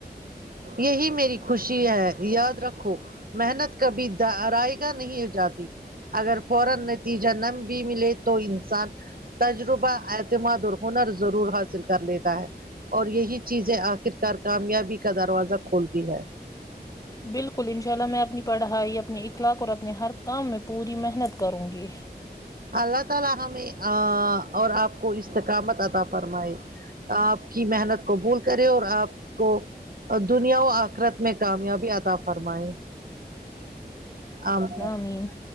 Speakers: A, on the right; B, on the left.
A: یہی میری خوشی ہے یاد رکھو محنت کبھی دا رائے گا نہیں ہو جاتی اگر فورا نتیجہ نم بھی ملے تو سات تجربہ اعتماد اور ہنر ضرور حاصل کر لیتا ہے اور یہی چیزیں آخرکار کامیابی کا دروازہ کھلتی ہے
B: بالکل انشاء اللہ میں اپنی پڑھائی اپنے اخلاق اور اپنے ہر کام میں پوری محنت کروں گی
A: اللہ تعالی ہمیں ا اور آپ کو استقامت عطا فرمائے آپ کی محنت قبول کرے اور آپ کو دنیا و آخرت میں کامیابی عطا فرمائے آمین
B: آمین